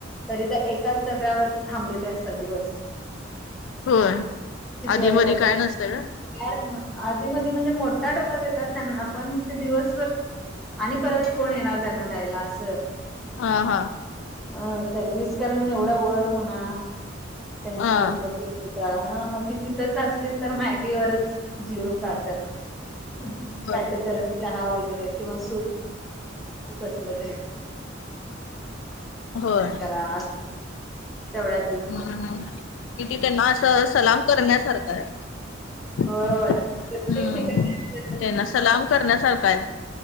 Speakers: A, in the centre; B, on the left.
A: तरी त्या- - एकाच डब्यावरती थांबलेले असतात दिवसभर.
B: होय
A: किती
B: आधीमधी
A: वाईट
B: काय नसतय का
A: <unintelligible> आधी मधी म्हणजे मोठा डबा देतात त्यांना पण, ते दिवसभर -- आणि परत कोण येणार त्यांना द्यायला असं.
B: हा. हा.
A: अ सरविस करण एवढ वर म्हणा त्यांची
B: हा
A: लोक- - <unintelligible> हं मग ती तिथंच असली तर मॅगीवरच जीवुण काढत्यात. काहीतरी
B: होय
A: गरम चहा वगैरे किंवा सूप असलं तरी.
B: होय.
A: करा तेवढा
B: ह, हम. किती त्यांना असं सलाम -- करण्यासारख हाय. हं.
A: होय होय प्रत्येक ठिकाणी आम्ही
B: त्यांना सलाम -- करण्यासारखा हाय.